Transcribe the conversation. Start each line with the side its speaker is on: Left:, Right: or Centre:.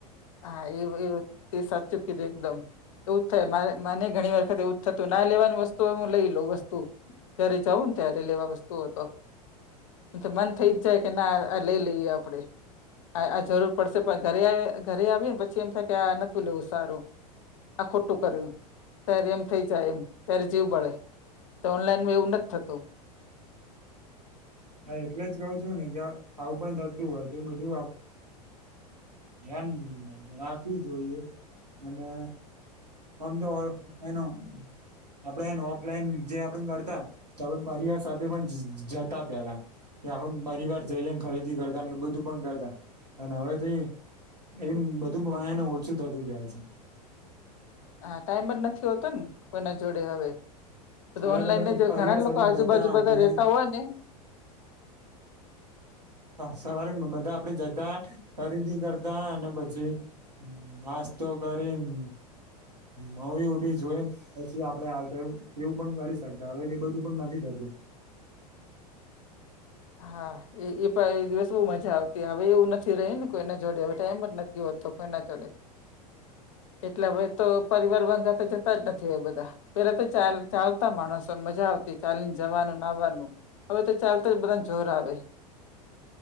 Left: હા એું એ તે સાચું કી છેું એકદમ એવું જ થાય મને ઘણી વખત એવું જ થતું ના લેવાનું વસ્તુ હો હું લઈ લઉં વસ્તુ જય્યારે જઉું ને ત્યારે લેવા વસ્તુ હતો. તો મન થઈ જ જાય કે ના આ લઈ લઈએ આપડે આ જરૂર પડશે પણ ઘરે ઘરે આવી ને પછી એમ થાય કે આ નતું લેવું સારુ આ ખોટું કર્યું ત્યારે એમ થઇ જાય એમ ત્યારે જીવ બળે તો ઓનલાઈનમાં એવું નથ થતુ.
Right: હા એટલે જ કઉ છું ને કે આવું પણ થતું હોય તો બધુ એન રાખવુ જોઈએ અને અંધર એનો આપડે એને ઓફલાઈન જે આપડ કરતા આપડ પરિવાર સાથે પણ જતા. પેલા આખું માંરીવાર જઈને ખરીદી કરતા ને એવું બધું પણ કરતા અને હવે તે એમ બધું બણને ઓછું થતું જાય છે.
Left: હા ટાઈમ જ નથી હોતો ને કોઈના જોડે હવે
Right: પેલા
Left: ઓનલાઈન
Right: તો
Left: ને
Right: પરિવાર
Left: ઘણા
Right: સાથે
Left: લોકો આજુબાજુ
Right: જતા
Left: બધા
Right: અને
Left: રેતા હોય ને
Right: સવારે બધા આપડે જતા ખરીદી કરતા અને પછી. નાસ્તો કરીને મુવી વુવી જોઈન પછી આપડે આવતા એવું પણ કરી શકતા હવે એ બધું પણ નથી થત.
Left: હા એ એ પણ એ દિવસ બહુ મજા આવતી હવે એવું નથી રહી ને કોઈના જોડે હવે ટાઈમ જ નથી હોતો કોઈના જોડે
Right: <inaudible>
Left: એટલે હવે તો પરિવાર ભંગા તો જતા જ નથી હોવે બધા પેલા તો ચાલ ચાલતા માણસો ને મજા આવતી ચાલીને જવાનું આવાનુ હવે તો ચાલતા જ બધાને જોર આવે